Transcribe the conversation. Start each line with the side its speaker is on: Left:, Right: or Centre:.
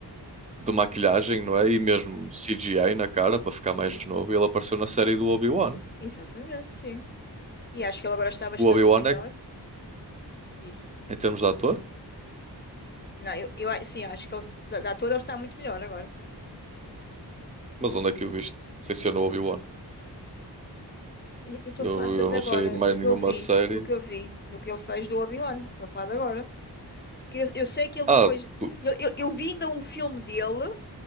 Right: de maquilhagem, não é? E mesmo CGI na cara, para ficar
Left: Sim,
Right: mais novo. Ele apareceu na série do Obi-Wan.
Left: exatamente, sim. E acho que ele agora está bastante
Right: O Obi-Wan
Left: melhor.
Right: é,
Left: Diz.
Right: em termos de ator.
Left: Não, eu, eu a- sim, acho que ele, da, da ator ele está muito melhor agora.
Right: Mas onde é que o viste? Sem ser no Obi-Wan.
Left: Eu estou
Right: Eu,
Left: a falar de
Right: eu
Left: de
Right: não
Left: agora,
Right: sei mais
Left: do
Right: nenhuma
Left: que eu vi,
Right: série.
Left: do que eu vi, do que ele fez do Obi-Wan. Estou a falar de agora. Porque eu, eu sei que ele
Right: Ah,
Left: depois.
Right: tu-
Left: Eu, eu, eu vi ainda um filme dele,